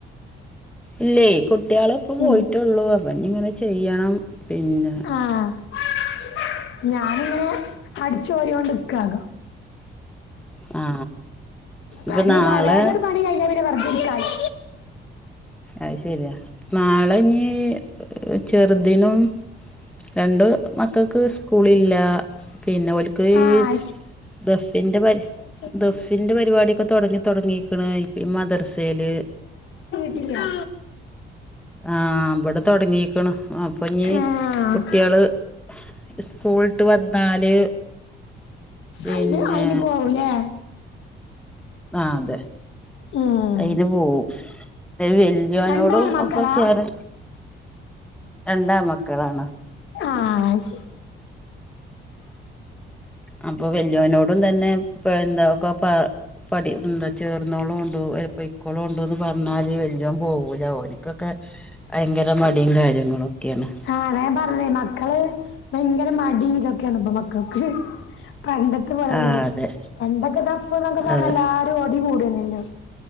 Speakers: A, in the centre; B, on the left.
A: ഇല്ലേ കുട്ടികളിപ്പ പോയിട്ടൊള്ളൂ
B: ഉം
A: അപ്പ നിങ്ങനെ ചെയ്യണം പിന്നെ
B: ആഞാനിങ്ങനെ അടിച്ചുവാരിയൊണ്ടിക്കാണ്.
A: ആ.
B: പണി
A: ഇപ്പം നാളെ
B: കാ വേഗങ്ങട്ട് പണിം കഴിഞ്ഞാ പിന്നെ വെർതിരിക്കലോ.
A: അയ് ശെരിയാ നാളെനീ ചെറുതിനും രണ്ടു മക്കക്ക് സ്കൂളില്ല പിന്നെ ഓല്ക്ക്
B: ആഹ്
A: ഈ ദഫിൻ്റെ പര്
B: ശരി
A: ദഫിന്റെ പരിപാടിക്കെ തൊടങ്ങി തൊടങ്ങിക്കണ് ഇപ്പഈ മദ്രസയിൽ
B: ഇല്ല
A: ആഇമ്പടെ തൊടങ്ങിക്കണ് അപ്പഞ്ഞീ
B: ആഹ്
A: കുട്ട്യാള് സ്കൂളിട്ട് വന്നാല് പിന്നെ
B: അയിന് അയിന് പോവൂലേ!
A: ആ അതെ
B: ഉം
A: അയിന് പോവും. അതിൽ ജോനോടും
B: രണ്ടാൺ മക്കളാ
A: ഒക്കെ ചേരൽ രണ്ടാമ്മക്കളാണ്.
B: ആ അയ്ശരി.
A: അപ്പൊ വല്ല്യോനോടും തന്നെ ഇപ്പന്താ ഒക്കെ പറ ഇപ്പടി എന്താ ചേർന്നോളൂണ്ടോ അല്ല പോയ്ക്കോളുണ്ടോന്ന് പറഞ്ഞാല് വല്ല്യോൻ പോകൂല ഓന് ഇതൊക്കെ ഭയങ്കര മടിയും കാര്യങ്ങളൊക്കെയാണ്.
B: ആ അതാ ഞാൻ പറഞ്ഞേ മക്കള് ഭയങ്കര മടി ഇതൊക്കെയാണ് ഇപ്പൊ മക്കൾക്ക്. പണ്ടത്ത പോലൊന്നല്ല
A: ആ അതെ
B: പണ്ടൊക്കെ ദ ഫ്ന്നൊക്കെ പറഞ്ഞ
A: അതെ
B: എല്ലാരും ഓടി കൂടന്നല്ലോ